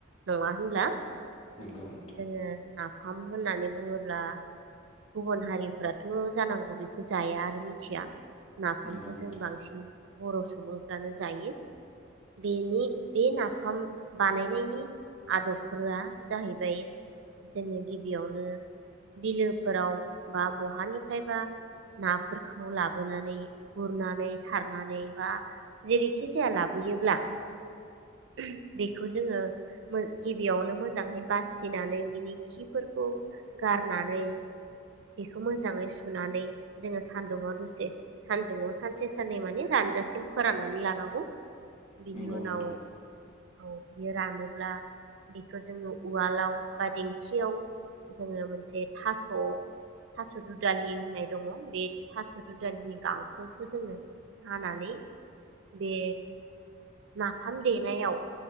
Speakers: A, on the right; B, on the left.
A: नङा होनब्ला?
B: नंगौ नोंथां
A: जोङो नाफ नाफाम होननानै बुङोब्ला गुबुन हारिफ्राथ जानांगौ बेखौ जाया आरो मिथिया ओंखामखौ
B: नंगौ नोंथां
A: जों बांसिन बर सुबुंफ्रानो जायो बेनि बे नाफाम बानायनायनि आदबफोरा जाहैबाय जोङो गिबियावनो बिलोफोराव बा बहानिफ्रायबा नाफोरखौ लाबोनानै गुरनानै सारनानै बा जेरैखि जाया लाबोयोब्ला उह बेखौ जोङो गिबियावनो मोजांहै बास सिनानै बिनि खिफोर औ गारनानै बेखौ मोजाङै सुनानै जोङो सान्दुङाव दसे सानदुङाव सानसे साननै माने रानजासिम फोराननानै लानांगौ बिनि
B: नंगौ
A: उनाव
B: नोंथां
A: औ बियो रानोब्ला बेखौ जोङो उवालाव बा देंखियाव जोङो मोनसे थास थास दुदालि होननाय दङ बे थास दुदालिनि गांखंखौ जोङो हानानै बे नाफाम देनायाव